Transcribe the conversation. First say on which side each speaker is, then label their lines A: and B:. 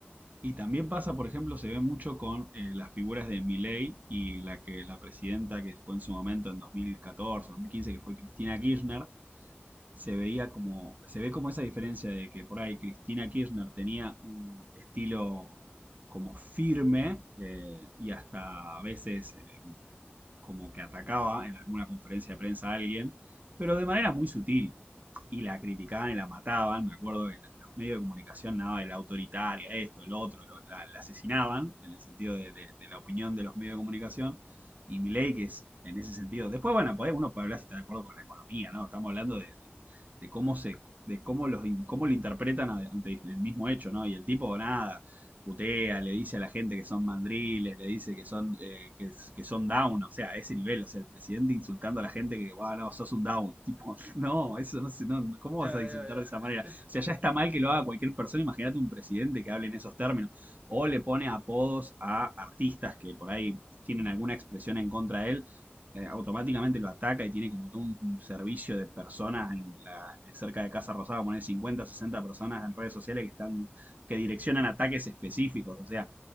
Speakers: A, on the right; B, on the right.
A: y también pasa, por ejemplo, se ve mucho con eh, las figuras de Milei y la que la presidenta que fue en su momento en dos dos mil catorce, dos mil quince que fue Cristina Kirchner, se veía como, se ve como esa diferencia de que por ahí Cristina Kirchner tenía un estilo como firme eh, y hasta a veces eh, como que atacaba en alguna conferencia de prensa a alguien, pero de manera muy sutil. Y la criticaban y la mataban, me acuerdo que los medios de comunicación, nada, de la autoritaria, esto, el otro, lo- la, la asesinaban, en el sentido de, de- de la opinión de los medios de comunicación, y Milei que es en ese sentido. Después, bueno, puede- uno puede hablar si está de acuerdo con la economía, ¿no? Estamos hablando de, de- de cómo se, de cómo los, cómo lo interpretan ante el mismo hecho, ¿no? Y el tipo nada, putea, le dice a la gente que son mandriles, le dice que son, eh, que, que, son down, o sea, a ese nivel, o sea, el presidente insultando a la gente que, wow, no, sos un down, <laughs> tipo, no, eso no sé, no, ¿cómo vas
B: Ya,
A: a insultar
B: ya, ya.
A: de esa manera? O
B: <laughs>
A: sea, ya está mal que lo haga cualquier persona, imagínate un presidente que hable en esos términos, o le pone apodos a artistas que por ahí tienen alguna expresión en contra de él, eh, automáticamente lo ataca y tiene como todo un servicio de personas en la, cerca de Casa Rosada, poner 50, 60 personas en redes sociales que están, que direccionan ataques específicos, o sea,